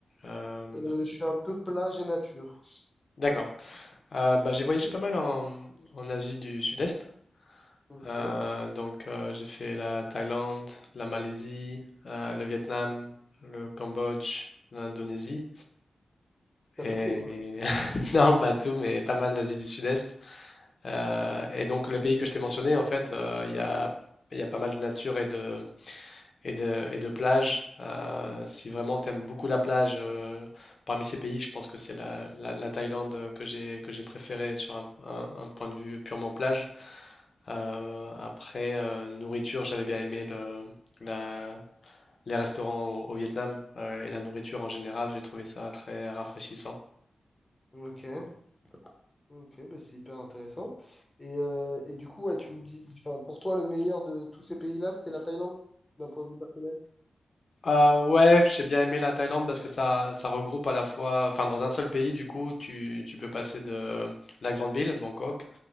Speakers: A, on the left (about 60°); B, on the left (about 20°).
A: euh,
B: Euh, je suis un peu plage et nature.
A: d'accord. Euh, bah, j'ai voyagé pas mal en, en Asie du Sud-Est.
B: Ok.
A: Euh, donc euh, j'ai fait la Thaïlande, la Malaisie, euh, le Vietnam, le Cambodge, l'Indonésie
B: T'as
A: et,
B: tout fait, quoi.
A: <laughs> non pas tout mais pas mal d'Asie du Sud-Est. Euh, et donc les pays que je t'ai mentionnés en fait euh, il y a il y a pas mal de nature et de et de, et de plage. Euh, si vraiment tu aimes beaucoup la plage, euh, parmi ces pays, je pense que c'est la, la- la Thaïlande euh, que j'ai que j'ai préférée sur un, un- un point de vue purement plage. Euh, après, euh, nourriture, j'avais bien aimé le, la- les restaurants au, au Vietnam euh, et la nourriture en général, j'ai trouvé ça très rafraîchissant.
B: Ok. Ok, bah, c'est hyper intéressant. Et, euh, et du coup, ouais, tu me dis, enfin, pour toi, le meilleur de tous ces pays-là, c'était la Thaïlande, d'un point de vue personnel?
A: Euh, ouais, j'ai bien aimé la Thaïlande parce que ça, ça regroupe à la fois, enfin dans un seul pays, du coup, tu, tu peux passer de la grande ville, Bangkok,